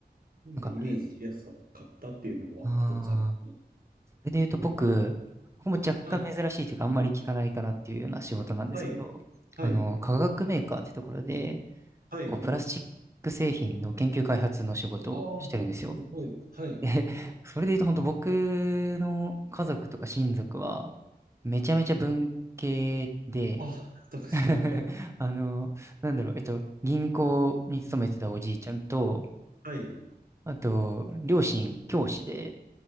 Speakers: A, on the right; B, on the right.
A: なので、
B: なんか、
A: イメージしやすかったっていうのは一つある。
B: ああ、それで言うと僕、ここも若干珍しいというか、
A: はい。
B: あんまり聞かないかなっていうような仕事なんですけど、
A: はい。はい。
B: あの、化学メーカーってところで、
A: はい。
B: こう、プラスチック製品の研究開発の仕事をしてるんですよ。
A: ああ、すごい。はい。
B: で、それで言うと本当僕の家族とか親族は、めちゃめちゃ文系で、
A: ああ、
B: <laughs>
A: 特殊な。はい。
B: あの、なんだろう、えっと、銀行に勤めてたおじいちゃんと、
A: はい。
B: あと、両親教師で、